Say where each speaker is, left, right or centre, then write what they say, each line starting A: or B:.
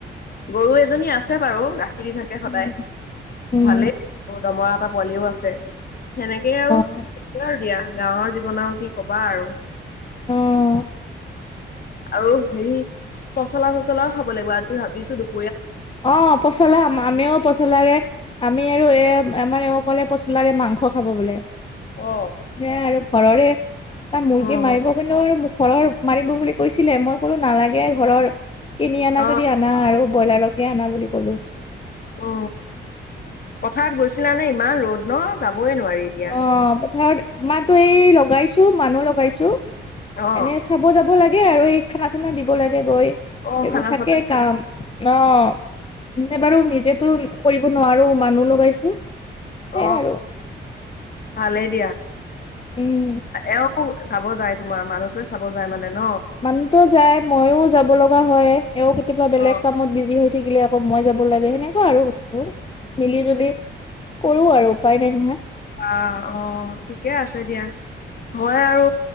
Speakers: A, on the left (about 50°); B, on the left (about 25°).
A: গৰু এজনী আছে বাৰু গাখীৰ দি থাকে সদায়
B: উম উম
A: ভালেই। দমৰা এটা পোৱালিও আছে সেনেকেই আৰু থাকে
B: অ
A: আৰু দিয়া। গাঁৱৰ জীৱনৰ আৰু কি কবা আৰু।
B: অ',
A: আৰু হেৰি পচলা চলাও খাব লাগিব আজি ভাবিছো দু
B: অ পচলা আমিও পচলাৰে আমি আৰু এ আমাৰ এওঁ ক'লে পচলাৰে মাংস খাব বোলে।
A: বনাম অ
B: সে আৰু ঘৰৰে এটা মুৰ্গী
A: উম
B: মাৰিব কিন্তু আৰু মোক ঘৰৰ মাৰিব বুলি কৈছিলে, মই কলো নালাগে। ঘৰৰ কিনি অনা
A: অ
B: যদি আনা আৰু ব্ৰইলাৰকে আনা বুলি ক'লো।
A: উ পথাৰত গৈছিলা নে ইমান ৰ'দ ন? যাবই নোৱাৰি এতিয়া।
B: অ পথাৰত আমাৰো এই লগাইছো মানুহ লগাইছো
A: অ',
B: এনে চাব যাব লাগে আৰু, এই খানা চানা দিব লাগে গৈ।
A: অ',
B: এইবোৰ
A: খানা
B: থাকেই
A: চানা দিব
B: কাম ন
A: অ',
B: এনে বাৰু নিজ জেতু কৰিব নোৱাৰো মানুহ লগাইছো।
A: অ
B: সেইয়াই আৰু
A: ভালেই দিয়া।
B: উম।
A: এওঁ চাব যায় তোমাৰ মানুহটোৱে চাব যায় মানে? ন?
B: মানুহতো যায়, মইও যাব লগা হয়, এও কেতিয়াবা বেলেগ
A: অ',
B: কামত বিজি হৈ থাকিলে সময় যাব লাগে সেনেকুৱা আৰু বস্তুবোৰ মিলি জুলি কৰো আৰু। উপায় নাই নহয়
A: আহ অ ঠিকে আছে দিয়া মই আৰু